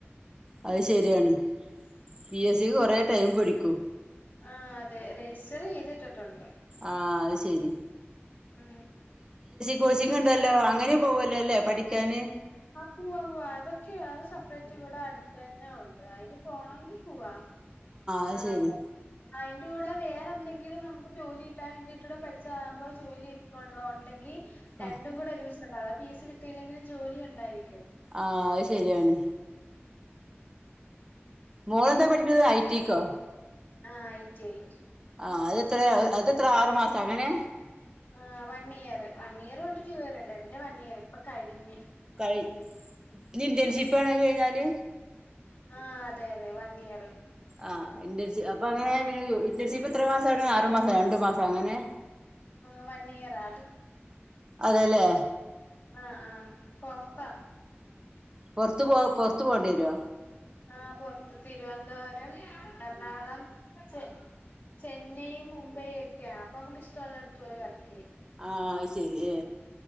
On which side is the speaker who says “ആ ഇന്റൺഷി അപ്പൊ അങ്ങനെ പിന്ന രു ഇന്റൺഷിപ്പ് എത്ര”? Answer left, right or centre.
Right